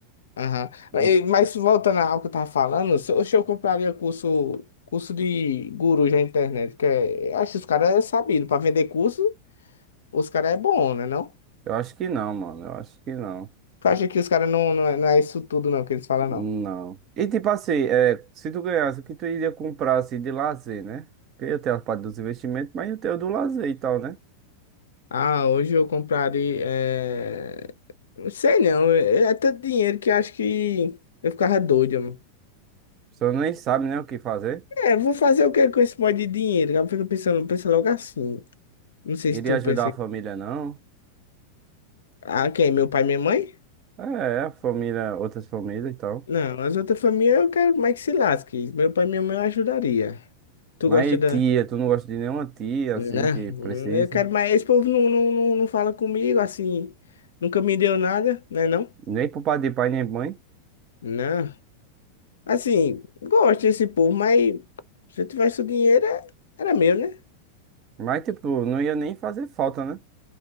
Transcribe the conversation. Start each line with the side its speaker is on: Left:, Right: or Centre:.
Left: Aham.
Right: E
Left: E- Mas voltando ao que eu tava falando, se eu, se eu compraria curso, curso de guru na internet, que é, acho que os caras é sabido para vender curso, Os caras é bom, né, não?
Right: Eu acho que não, mano. Eu acho que não.
Left: Tu acha que os caras não, não, é não é isso tudo, não, que eles falam,
Right: Não.
Left: não?
Right: E tipo assim, é, se tu ganhasse, o que tu iria comprar assim de lazer, né? Porque eu tenho a parte dos investimentos, mas eu tenho do lazer e tal, né? A
Left: Ah, hoje eu compraria... É... Não sei, não. É é tanto dinheiro que eu acho que eu ficava doido, mano.
Right: pessoa nem sabe, né, o que fazer.
Left: É, vou fazer o que com esse monte de dinheiro? Eu fico pensando, pensa logo assim. Não sei se
Right: Iria
Left: tu
Right: ajudar
Left: pensa...
Right: a família, não.
Left: Ah, quem? Meu pai e minha mãe?
Right: É, a família, outras famílias e tal.
Left: Não, as outras famílias eu quero mais que se lasque. Meu pai e minha mãe eu ajudaria. Tu
Right: Mas
Left: gosta da...
Right: tia, tu não gosta de nenhuma tia,
Left: Não,
Right: assim, que precisa.
Left: eu quero mais... Esse povo não, não, não, não fala comigo, assim... Nunca me deu nada, né, não?
Right: Nem pro pai de pai, nem mãe.
Left: Né? Assim, gosto desse povo, mas se eu tivesse o dinheiro, é- era meu, né?
Right: Mas, tipo, não ia nem fazer falta, né?